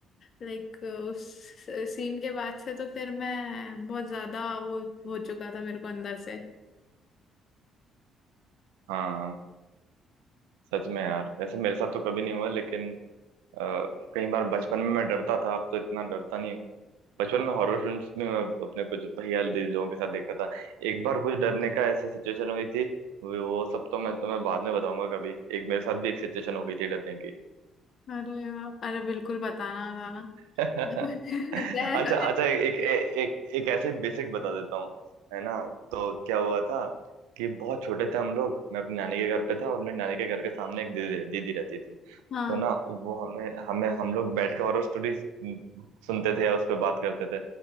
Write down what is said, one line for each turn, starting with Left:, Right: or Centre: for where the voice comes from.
Left: लाइक उस सीन के बाद से तो फिर मैं बहुत ज्यादा वो हो चुका था मेरे को अंदर से
Right: हाँ सच में यार ऐसे मेरे साथ तो कभी नहीं हुआ लेकिन अ, कई बार बचपन में मैं डरता था अब तो इतना डरता नहीं हूँ बचपन में हॉरर फिल्म्स में मैं अपने कुछ भैया दी- लोगों के साथ देखा था एक बार कुछ डरने का ऐसी सिचुएशन हुई थी वो वो सब तो मैं तुम्हें बाद में बताऊंगा कभी एक मेरे साथ भी एक सिचुएशन हो गई थी डरने की
Left: अरे वाह, अरे बिल्कुल बताना गाना
Right: <laughs>
Left: <laughs>
Right: अच्छा
Left: क्या है
Right: अच्छा एक एक एक एक ऐसे बेसिक बता देता हूँ है ना तो क्या हुआ था कि बहुत छोटे थे हम लोग मैं अपनी नानी के घर पे था और मेरी नानी के घर के सामने एक दीदी दीदी रहती थी
Left: हाँ
Right: तो ना वो हमें हमें हम लोग बैठ के हॉरर स्टोरी सुनते थे या उस पर बात करते थे